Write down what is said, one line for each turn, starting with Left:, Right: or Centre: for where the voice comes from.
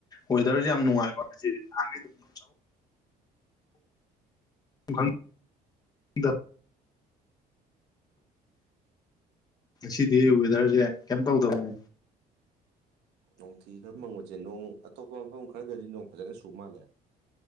Left: ꯋꯦꯗꯔꯁꯦ ꯌꯥꯝ ꯅꯨꯡꯉꯥꯏꯕ ꯉꯁꯤꯗꯤ ꯅꯍꯥꯟ ꯈꯩ <unintelligible> <unintelligible> ꯉꯁꯤꯗꯤ ꯋꯦꯗꯔꯁꯦ ꯀꯩꯝ ꯇꯧꯗꯩ꯫
Right: ꯅꯣꯡꯊꯤ ꯈꯔ ꯃꯪꯕꯁꯦ ꯅꯣꯡ ꯑꯇꯣꯞꯄ ꯃꯐꯝ ꯈꯔꯗꯗꯤ ꯅꯣꯡ ꯐꯖꯅ ꯆꯨꯕ ꯃꯥꯜꯂꯦ꯫